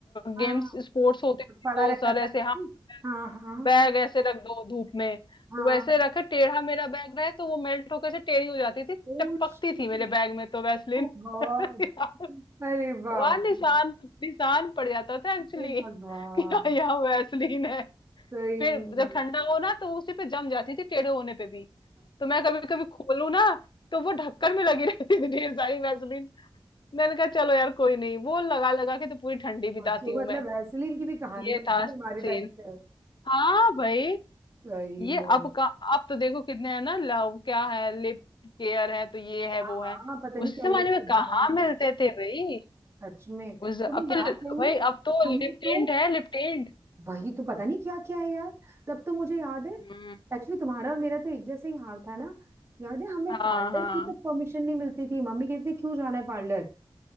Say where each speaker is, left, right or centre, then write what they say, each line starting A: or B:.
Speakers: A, on the right (about 30°); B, on the left (about 55°).
A: हाँ
B: गेम्स
A: हाँ
B: स्पोर्ट्स होते थे
A: पड़ा
B: तो
A: रहता
B: सर
A: था
B: ऐसे
A: जादू
B: हाँ
A: हाँ हाँ
B: बैग ऐसे रख दो धूप में
A: हाँ
B: तो वैसे रखे टेढ़ा मेरा बैग रहे तो वो मेल्ट होकर से टेढ़ी हो जाती थी
A: Oh,
B: टपकती
A: shit.
B: थी मेरे बैग में तो वैसलीन
A: Oh God
B: <laughs>
A: अरे बाप
B: वहां निशान
A: रे
B: निशान पड़ जाता था एक्चुअली
A: हे भगवान
B: <laughs> कि हाँ यहाँ वैसलीन है
A: सही
B: फिर जब ठंडा हो ना तो उसी पे जम जाती थी टेढ़े होने पे भी तो मैं कभी कभी खोलू ना तो वो ढक्कन में लगी <laughs> रहती थी ढेर सारी वैसलीन मैंने कहा चलो यार कोई नहीं वो लगा लगा के तो पूरी ठंडी
A: सोचो
B: बिताती हूँ
A: मतलब
B: मैं
A: वैसलीन की भी कहानी
B: ये
A: बन
B: था
A: गई हमारे
B: सीन
A: टाइम पे
B: हाँ भाई
A: सही
B: ये
A: में
B: अब का अब तो देखो कितने है ना लव क्या है लिप केयर है तो ये है
A: हाँ
B: वो है
A: हाँ पता नहीं
B: उस
A: क्या
B: जमाने
A: लिख
B: में कहाँ
A: बाम
B: मिलते थे भाई
A: सच में तुम्हें
B: उस अब
A: याद
B: तो
A: नहीं
B: भाई
A: है
B: अब तो
A: हमें
B: लिप
A: तो
B: टिंट है लिप टिंट
A: वही तो पता नहीं क्या क्या है यार तब तो मुझे याद है
B: हम्म
A: एक्चुअली तुम्हारा और मेरा तो एक जैसे ही हाल था ना याद है हमें
B: हाँ
A: पार्लर
B: हाँ
A: की तक परमिशन नहीं मिलती थी मम्मी कहती थी क्यों जाना है पार्लर